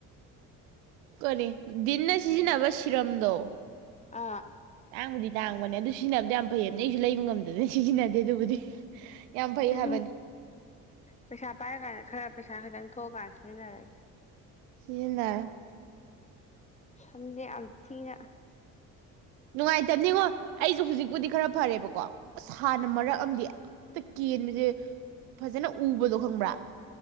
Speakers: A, on the right; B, on the left.
A: ꯀꯔꯤ ꯗꯤꯟꯅ ꯁꯤꯖꯤꯟꯅꯕ ꯁꯤꯔꯝꯗꯣ
B: ꯑꯥ
A: ꯇꯥꯡꯕꯨꯗꯤ ꯇꯥꯡꯕꯅꯦ ꯑꯗꯨ ꯁꯤꯖꯤꯟꯅꯕꯗꯤ ꯌꯥꯝ ꯐꯩꯌꯦꯕꯅꯦ ꯑꯩꯁꯨ ꯂꯩꯕ ꯉꯝꯗꯗꯅ ꯁꯤꯖꯤꯟꯅꯗꯦ ꯑꯗꯨꯕꯨꯗꯤ ꯌꯥꯝ ꯐꯩ
B: ꯁꯤꯁꯤꯡ
A: ꯍꯥꯏꯕꯅꯤ
B: ꯄꯩꯁꯥ ꯄꯥꯏꯔ ꯀꯥꯟꯅ ꯈꯔ ꯄꯩꯁꯥ ꯈꯤꯇꯪ ꯊꯣꯛꯑꯀꯥꯟꯗ ꯁꯤꯖꯤꯟꯅꯔꯒꯦ
A: ꯁꯤꯁꯤꯟꯅꯔꯣ
B: ꯁꯝꯖꯦ ꯌꯥꯝ ꯊꯤꯅ
A: ꯅꯨꯡꯉꯥꯏꯇꯝꯅꯤꯉꯣ ꯑꯩꯁꯨ ꯍꯧꯖꯤꯛꯄꯨꯗꯤ ꯈꯔ ꯐꯔꯦꯕꯀꯣ ꯑꯁ ꯍꯥꯟꯅ ꯃꯔꯛ ꯑꯃꯗꯤ ꯍꯦꯛꯇ ꯀꯦꯟꯕꯖꯦ ꯐꯖꯅ ꯎꯕꯗꯣ ꯈꯪꯕ꯭ꯔꯥ